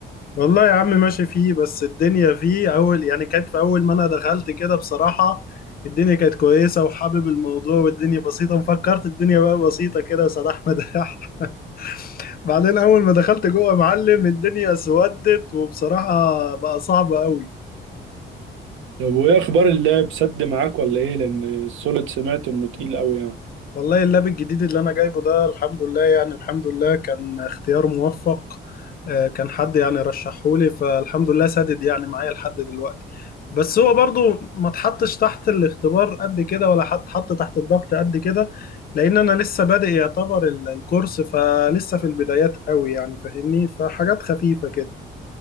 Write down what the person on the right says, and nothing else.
طب وايه اخبار اللاب سد معاك ولا ايه لان السوليد سمعت انه تقيل قوي يعني